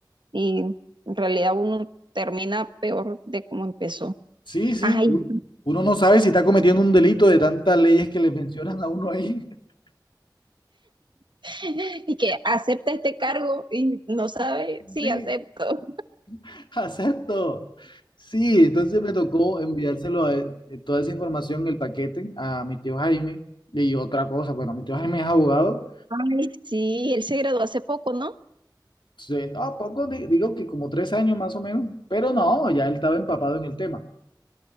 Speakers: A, on the right; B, on the left.
A: y en realidad uno termina peor de cómo empezó.
B: Sí, sí,
A: Ay,
B: u- uno no sabe si está cometiendo un delito de tantas leyes que le mencionan a uno ahí. <laughs>
A: <laughs> y que acepta este cargo y no sabe, sí,
B: Sí,
A: acepto.
B: <laughs> Acepto. Sí, entonces me tocó enviárselo a, él, eh, toda esa información, el paquete, a mi tío Jaime. Y otra cosa, bueno, mi tío Jaime es abogado.
A: Ay, sí, él se graduó hace poco, ¿no?
B: Entonces, no, poco, di- digo que como tres años más o menos, pero no, ya él estaba empapado en el tema.